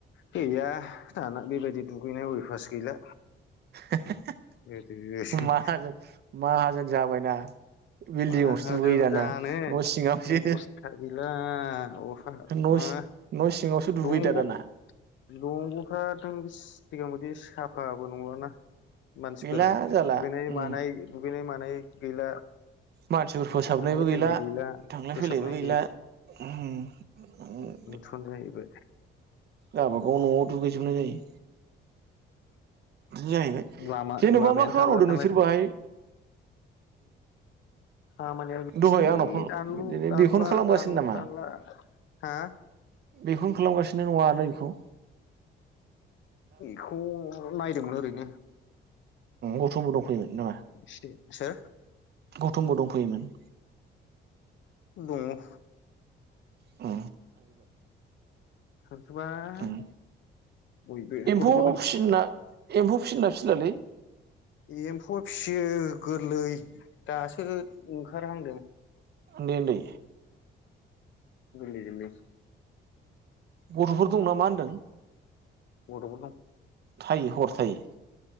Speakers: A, on the left; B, on the right.
A: गैया थाना बेबायदि दुगैनाय अय फास गैला
B: हे हे
A: गोदो
B: माहाजोन माहाजोन जाबायना बिल्डिंआवसो
A: माहाजोन
B: दुगैयो दाना
A: जानो
B: न' सिङावसो
A: अबस्था गैला अहा
B: न'
A: मा
B: न' सिङावसो दुगैयो
A: दंग
B: दा दाना
A: दंगफ्राथों आ बिदि साफाबो नंलााना मानसिफोर
B: गैला जाला
A: दुगैनाय
B: उम
A: मानाय दुगैनाय मानाय गैला
B: मानसिफोर फोसाबनायबो
A: थांलाय
B: गैला
A: फैलाय
B: थांलाय
A: फोसाबनाय
B: फैलायबो गैला उ
A: थन जाहैबाय
B: गाबगाव न नआव दुगैजोबनाय जायो जाहैबाय
A: लामा
B: जेनेबा
A: लामायानो
B: मा खामानि
A: थाला
B: मावदों
A: थांलाय
B: नोंसोर
A: फैलाय
B: बाहाय
A: खामानिया बेनोसैलै
B: दहाय आंनाव फन
A: दानलु
B: बिदिनो
A: दानला
B: बेखौनो खालामगासिनो
A: दानलु
B: नामा
A: दानला हा
B: बेखौनो खालामगासिनो नङा नै बेखौ
A: बेखौ नायदोंमोन ओरैनो
B: मथुम बो दं फैयोमोन नामा
A: एसे सोर
B: गौथुमबो दंफैयोमोन
A: दङ
B: ओ
A: थांजोसाय
B: उम
A: बयबो
B: एम्फौ
A: गथफोर दं
B: फिसिना एम्फौ फिसिना फिसिलालै
A: एम थ फियो गोरलै दासो ओंखारहांदों
B: उन्दै उन्दै
A: गोरलै गोरलै
B: गथफोर दं नमा होनदों
A: गथफोर दं
B: थायो हर थायो